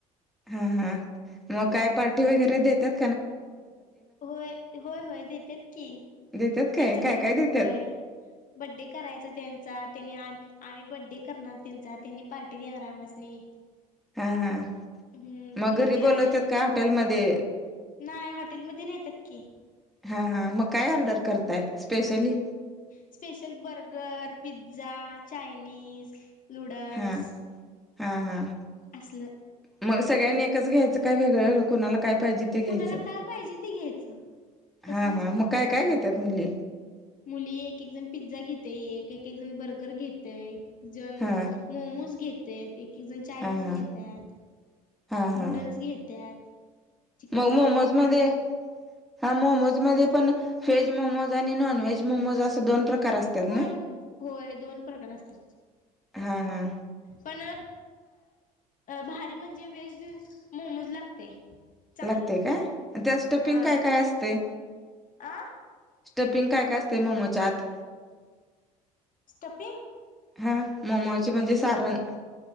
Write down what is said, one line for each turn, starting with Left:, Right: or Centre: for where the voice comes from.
Centre: हा हा, मग काय पार्टी वगैरे देत्यात.
Left: होय, होय, होय देत्यात की.
Centre: देतात
Left: त्यांच,
Centre: काय काय
Left: बडे
Centre: काय देतात
Left: होय. बड्डे करायचा त्यांचा त्यांनी आ आम्ही बड्डे करणार त्यांचा त्यांनी पार्टी देणार आमसांनी.
Centre: हा हा
Left: हम्म
Centre: मग
Left: म्हणजे
Centre: घरी बोलवत
Left: असं
Centre: का हॉटेलमध्ये
Left: नाही हॉटेलमध्ये नेतात की
Centre: हा हा मग काय ऑर्डर करताय specially
Left: special burger pizza Chinese नुडल्स
Centre: हां हां हां
Left: असलं
Centre: मग सगळ्यांनी एकच घ्यायचं का वेगळं वेगळं कोणाला काय पाहिजे ते घ्यायचं
Left: कुणाला काय पाहिजे ते घ्यायचं तस
Centre: हां
Left: नसते.
Centre: हां मग काय काय घेतात मुली
Left: मुली एक एक जण पिझ्झा घेते एक एक जण बर्गर घेत एक जण
Centre: हां
Left: मोमोज घेत आहेत एक एक जण चायनीज
Centre: हा हा
Left: घेतात.
Centre: हा हा
Left: नुडल्स घेतत चिकन
Centre: मग
Left: लॉलीपॉप
Centre: मोमोज
Left: घेतत.
Centre: मध्ये हा मोमोज मध्ये पण व्हेज मोमोज आणि नॉन व्हेज मोमोज अस दोन प्रकार असतात.
Left: होय
Centre: ना
Left: होय होय दोन प्रकार असत.
Centre: हा हा
Left: पण भारी म्हणजे वेज मोमोज लागते. चांगलं
Centre: लागते काय त्या स्टपिंग
Left: हा
Centre: काय काय असते.
Left: आ
Centre: स्टफिंग काय काय असते मोमोच्या आत
Left: स्टपिंग
Centre: हा मोमोचे म्हणजे सारण